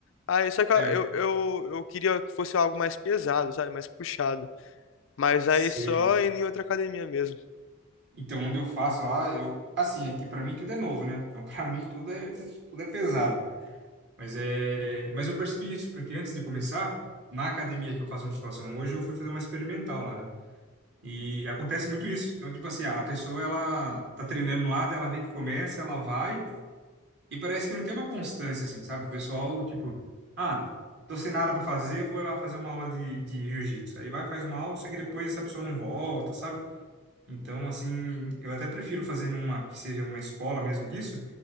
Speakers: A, on the left (about 65°); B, on the right (about 55°).
A: Aí só que eu,
B: É,
A: eu, eu queria que fosse algo mais pesado, sabe? Mais puxado. Mas
B: sei.
A: aí só indo em outra academia mesmo.
B: Então, onde eu faço lá, eu. Assim, aqui pra mim tudo é novo, né? Então, <laughs> pra mim tudo é, tudo é pesado. Mas é. Mas eu percebi isso, porque antes de começar, na academia que eu faço musculação hoje, eu fui fazer uma experimental lá, né? E acontece muito isso. Então, tipo assim, a pessoa, ela tá treinando lá, daí ela vê que começa, ela vai. E parece que não tem uma constância, assim, sabe? O pessoal, tipo, ah, tô sem nada pra fazer, vou lá fazer uma aula de, de jiu-jitsu. Aí vai, faz uma aula, só que depois essa pessoa não volta, sabe? Então, assim, eu até prefiro fazer numa que seja uma escola mesmo disso,